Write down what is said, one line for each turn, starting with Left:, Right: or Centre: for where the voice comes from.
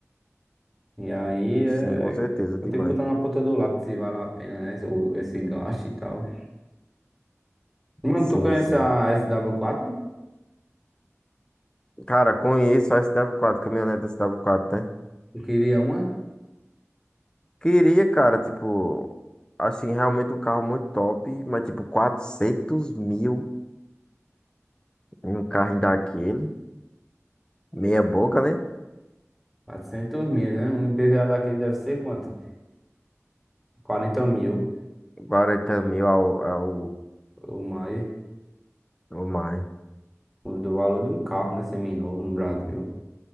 Centre: E aí
Left: Sim,
Centre: é.
Left: com certeza,
Centre: Eu
Left: demais.
Centre: tenho que botar na ponta do lápis se vale a pena, né? Esse, o- esse gasto e tal. Mano,
Left: Sim,
Centre: tu conhece
Left: sim.
Centre: a sw quatro?
Left: Cara, conheço a SW4, caminhonete SW4, né?
Centre: Eu queria uma
Left: Queria, cara, tipo, assim, realmente um carro muito top, mas tipo, 400 mil em um carro daquele. Meia boca, né?
Centre: quatrocentos mil, né? Um IPVA daquele deve ser quanto? 40 mil
Left: 40 mil ao, ao,
Centre: ou mais.
Left: ao mais.
Centre: O do valor de um carro, né? Seminovo no Brasil.